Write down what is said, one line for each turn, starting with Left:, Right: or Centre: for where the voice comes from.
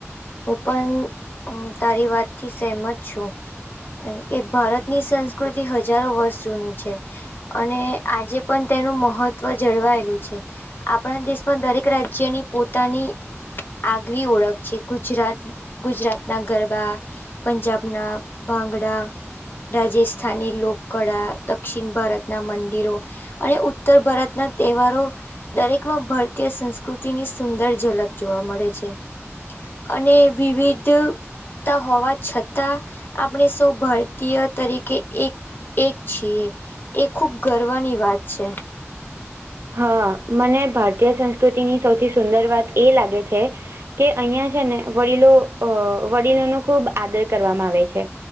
Left: હું પણ તારી વાતથી સહેમત છું. કારમ કે ભારતની સંસ્કૃતિ હજારો વર્ષ જૂની છે. અને આજે પણ તેનું મહત્ત્વ જળવાયેલું છે આપણા દેશમાં દરેક રાજ્ય. જેની પોતાની. આગવી ઓળખ છે ગુજરાત ગુજરાતના ગરબા. પંજાબના ભાંગડા. રાજસ્થાની લોકકળા દક્ષિણ ભારતનાં મંદિરો. અને ઉત્તર ભારતના તહેવારો દરેકમાં ભારતીય સંસ્. પ્રકૃતિની સુંદર ઝલક જોવા મળે છે અને વિવિધ. હોવા છતાં આપણે સૌ ભારતીય તરીકે એક. એક છીએ એ ખૂબ ગર્વની વાત છે.
Right: હા મને ભારતીય સંસ્કૃતિની સૌથી સુંદર વાત એ લાગે છે કે અહિયાં છે ને વડીલો અ વડીલો ન ખુબ આદર કરવામાં આવે છે